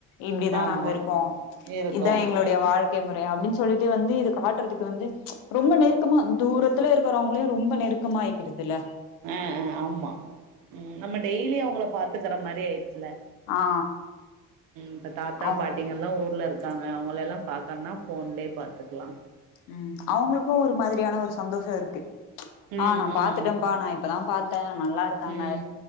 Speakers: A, on the left (about 80°); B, on the right (about 80°).
A: இப்படிதா
B: ஆமா
A: நாங்க இருக் கோ
B: இருக்கு
A: இதான் எங்களுடைய
B: ம்
A: வாழ்க்கை முறை அப்டின் சொல்லிட்டு வந்து இது காட்டறதுக்கு வந்து ப்ச் ரொம்ப நெருக்கமா தூரத்துல இருக்கறவங்களயு ரொம்ப நெருக்கமா ஆய்க்கிறதில்ல
B: ஏ‌ ஏ ஆமா ம் நம்ம டெய்லி அவுங்கள பாத்துக்கிற மாரி டே துல
A: ஆ
B: இப்ப தாத்தா
A: அவங்க
B: பாட்டிங்க எல்லா ஊர்ல இரு இருக்காங்க அவுங்கள எல்லா பாக்கணுனா போன்லயே பாத்துக்கலா
A: ம் அவுங்களுக்கு ஒரு மாதிரியான ஒரு சந்தோஷோ இருக்கு ப்ச்
B: ம்
A: ஆ நா
B: ம்
A: பாத்துட்டன்ப்பா
B: ம்
A: நா இப்பதான் பாத்து த்த நல்லா இருக்காங்க
B: ம்